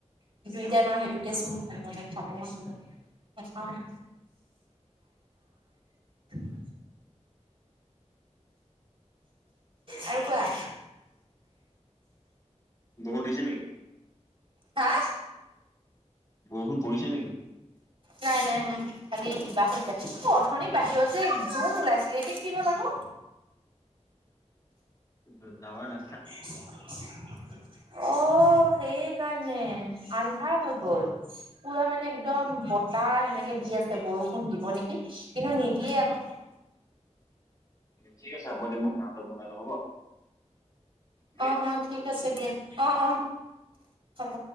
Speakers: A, on the right (about 50°); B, on the left (about 30°).
A: কিন্তু এতিয়া মাৰ সেইটোকেচোন
B: উম
A: নহ'লে খাব নাযাব, নাখাও মই, <unintelligible> আৰু কোৱা।
B: বৰষুণ দিছে নেকি?
A: হা?
B: বৰষুণ পৰিছে নেকি?
A: নাই, নাই, নাই। খালি কিবা হৈছে, অ', অথনিৰ বাহিৰত যে জোন ওলাইছিলে, এতিয়া কি হ'ল আকৌ।
B: <unintelligible>
A: <unintelligible> অ', সেইকাৰণে আন্ধাৰ হৈ গ'ল। পুৰা মানে একদম
B: উম,
A: বতাহ সেনেকে দি আছে, বৰষুণ দিব নেকি কিন্তু, নিদিয়ে আকৌ।
B: ঠিক আছে, হ'ব দিয়া মই <unintelligible> বগাই লম হ'ব। দেই।
A: অ', অ', ঠিক আছে দিয়া অ', অ', হ'ব।